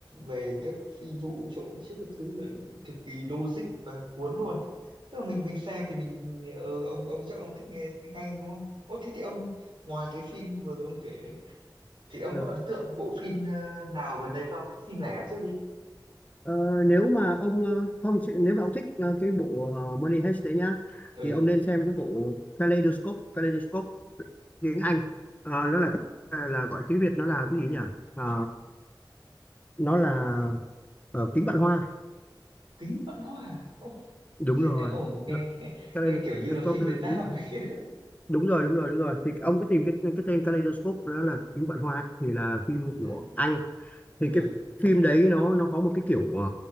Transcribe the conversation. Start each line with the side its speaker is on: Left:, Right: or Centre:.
Right: về các phi vụ trộm chiếc các thứ là cực kỳ logic và cuốn luôn tức là mình mình xem thì mình ừ, ông ông chắc ông thích nghe tiếng Anh đúng không Ô thế thì ông ngoài cái phim vừa rồi ông kể ấy, thì ông
Left: Ừ.
Right: có ấn tượng bộ phim ờ, nào gần đây không phim lẻ trước đi
Left: Ờ, nếu mà ông ờ, không nếu mà ông thích ờ, cái bộ ờ, Money Heist đấy nhá
Right: ừ
Left: thì ông nên xem cái bộ Kaleidoscope Kaleidoscope tiếng Anh Ờ, nó là là gọi tiếng Việt nó là cái gì nhỉ Ờ, nó là ờ, kính vạn hoa
Right: Kính Vạn Hoa Ồ,
Left: đúng
Right: dịch
Left: rồi
Right: là ồ nghe,
Left: Nó-
Right: nghe
Left: Kaleidoscope
Right: nghe kiểu như là phim Việt
Left: nó là
Right: Nam
Left: kính ừ,
Right: ấy <laughs>
Left: đúng rồi đúng rồi đúng rồi thì ông cứ tìm cái cái tên Kaleidoscope nó là kính vạn hoa thì là
Right: à,
Left: phim của Anh thì
Right: ừ
Left: cái phim đấy nó nó có một cái kiểu ờ,